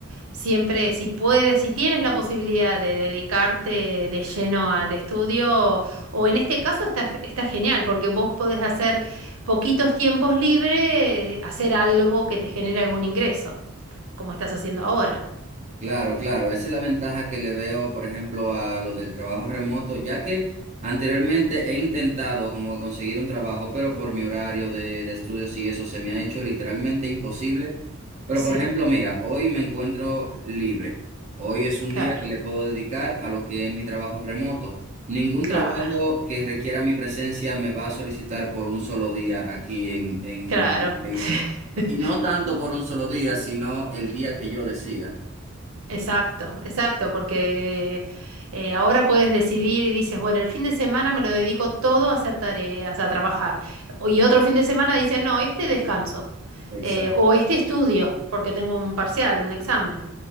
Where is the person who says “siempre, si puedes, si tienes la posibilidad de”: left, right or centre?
Right